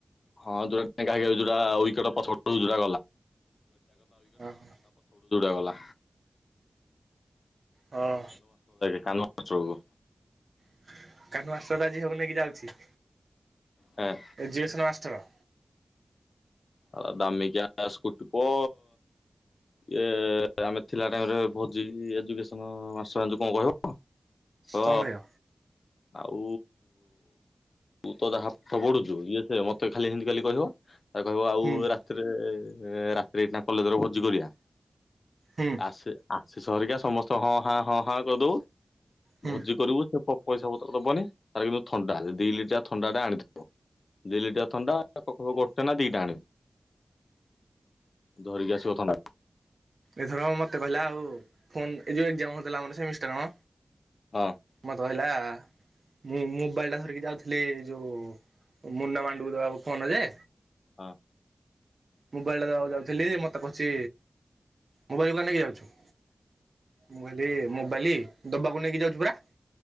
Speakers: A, on the left (about 75°); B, on the right (about 75°).
A: ହଁ ଯୋଉଟା <unintelligible> ପଛରଟୁ ଯୋଉଡା
B: ଓହୋ
A: ଗଲା
B: ହଁ
A: <unintelligible>
B: <unintelligible> ଝିଅକୁ ନେଇକି ଯାଉଛି।
A: ହଁ।
B: Education master.
A: ଆ ଦାମିକ ସ୍କୁଟିିପ ଇଏ ଆମେ ଥିଲା ଟାଇମରେ ଭୋଜି ଏଜୁକେସନ ମାଷ୍ଟର ଜାଣିଚୁ କଣ କହିବ? ସ
B: କଣ କହିବ?
A: ଆଉ ତୁ ତ ହାତ ବଢୁଛୁ, ଇଏ ସେ ମତେ ଖାଲି ଏମିତି ଖାଲି କହିବ କହିବ ଆଉ
B: ହୁଁ
A: ରାତିରେ, ରାତିରେ ଏଇନା କଲେଜରେ ଭୋଜି କରିବା।
B: ହୁଁ
A: ଆ ଆସିଷ ହେରିକା ସମସ୍ତେ ହଁ ହଁ ହଁ ହଁ କରିଦବୁ,
B: ହୁଁ
A: ଭୋଜି କରିବୁ ସେ ପଇସା ପତ୍ର ଦବନି, ତାର କିନ୍ତୁ ଥଣ୍ଡା ଦି ଲିଟର ଥଣ୍ଡାଟା ଆଣିଥିବ। ଦି ଲିଟର ଥଣ୍ଡା <unintelligible> ନା ଦିଟା ଆଣିବ ଧରିକି ଆସିବ ଥଣ୍ଡା।
B: ଏଥର ମତେ କହିଲା ଆଉ ଫୋନ, ଏ ଯୋଉ ଏକ ଜାମ ହଉଥିଲା ଆମର ସେମିଷ୍ଟାର ମ
A: ହଁ।
B: ମତେ କହିଲା। ମୁଁ ମୋବାଇଲ ଟା ଧରିକି ଯାଉଥିଲି ଯୋଉ ମୁନା ମାଣ୍ଡୁ ଦେବାକୁ ଫୋନ୍ ଟା ଯେ।
A: ହଁ।
B: ମୋବାଇଲଟା ଦବାକୁ ଯାଉଥିଲି ମତେ କହୁଛି ମୋବାଇଲ କୁଆଡେ ନେଇକି ଯାଉଛୁ। ମୁଁ କହିଲି ମୋବାଇଲ୍ ଦବାକୁ ନେଇକି ଯାଉଛି ପରା।